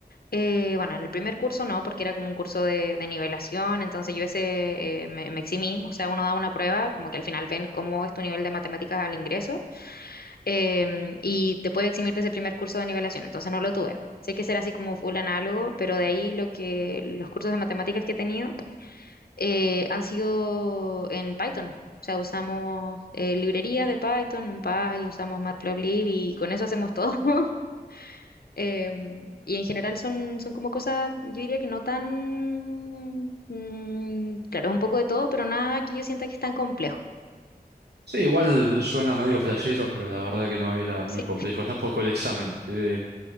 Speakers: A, on the left; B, on the right.
A: Eh, bueno, en el primer curso no, porque era como un curso de, de nivelación, entonces yo ese eh, me, me eximí. O sea, uno da una prueba, como que al final ven cómo es tu nivel de matemáticas al ingreso. em, y te puede eximir de ese primer curso de nivelación, entonces no lo tuve. Sé que será así como full análogo, pero de ahí lo que los cursos de matemáticas que he tenido eh, han sido en Python. O sea, usamos eh, librerías de Python, NumPy, usamos Matplotlib y con eso hacemos todo. <laughs> Em, y en general son, son como cosas, yo diría que no tan... mm, claro, es un poco de todo, pero nada que yo sienta que es tan complejo.
B: Sí, igual suena medio flashero, pero la verdad que no era muy
A: Sí.
B: complejo <laughs> tampoco el examen. Eh,